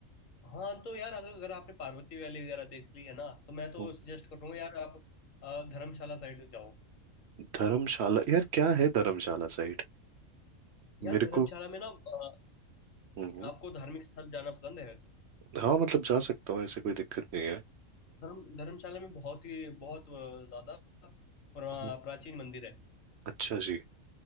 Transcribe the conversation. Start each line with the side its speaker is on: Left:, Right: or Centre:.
Left: हाँ तो यार अगर अगर आपने पार्वती वैली वगैरह देख ली है ना तो मैं तो
Right: हम्म,
Left: सजेस्ट करूंगा यार आप अ, धर्मशाला साइड जाओ
Right: धर्मशाला यार क्या है धर्मशाला साइड
Left: यार
Right: मेरे
Left: धर्मशाला
Right: को
Left: में ना अ,
Right: हम्म,
Left: आपको धार्मिक स्थल जाना पसंद है वैसे
Right: हाँ मतलब जा सकता हूँ ऐसे कोई दिक्कत नहीं है
Left: धर्म धर्मशाला में बहुत ही बहुत अ, ज्यादा पुरा-
Right: हम्म,
Left: प्राचीन मंदिर है
Right: अच्छा जी